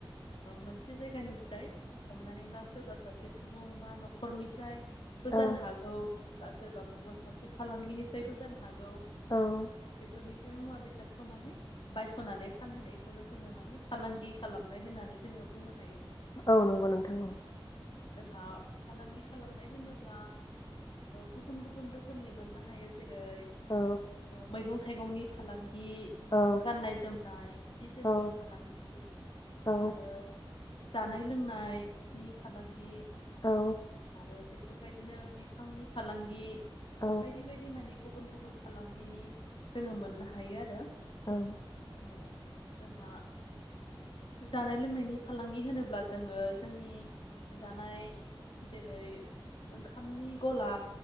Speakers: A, on the left (about 65°); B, on the left (about 45°).
A: मोनसे जायगानिफ्राय हमनानै ला सोरबा सासे सुबुं बा न'खरनिफ्राय बोजानो
B: औ
A: हागौ बा सोरबा गुबुन सासे फालांगिनिफ्रायबो जानो हा हागौ
B: औ
A: बेफोरनिफ्राय मुवा बेसादखौ माने बायस'नानै फानहैनायखौनो जोङो माने फालांगि खालामनाय होननानै जोङो बुंनो हायो।
B: औ नंगौ नोंथां औ
A: जोंहा फालांगि खालामनाय होनोब्ला गुबुन गुबुन रोखोमनि मोननो हायो जेरै
B: औ
A: मैगं था थाइगंनि फालांगि
B: औ
A: गि गाननाय जोमनाय जि जोमनि
B: औ
A: फालांगि
B: औ
A: आरो जानाय लोंनायनि फालांगि
B: औ
A: ओ बेफोरबायदिनो बिफांनि फालांगि
B: औ
A: बायदि बायदि मानि गुबुन गुबुन फालांगिनि जोङो मोननो हायो आरो।
B: औ
A: ओ जोंहा जानाय लोंनायनि फालांगि होनोब्ला जोङो जोंनि जानाय जेरै ओंखामनि गला